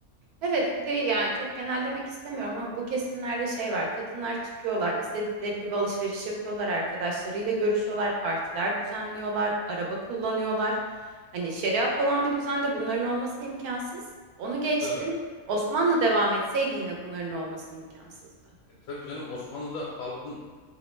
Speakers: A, on the right; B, on the left.
A: Evet, bir de yani çok genellemek istemiyorum ama bu kesimlerde şey var. Kadınlar çıkıyorlar, istedikleri gibi alışveriş yapıyorlar, arkadaşlarıyla görüşüyorlar, partiler düzenliyorlar, araba kullanıyorlar. Hani şeriat olan bir düzende bunların olması imkansız. Onu geçtim.
B: Tabii.
A: Osmanlı devam etseydi yine bunların olması imkansızdı.
B: E, tabii canım Osmanlı'da halkın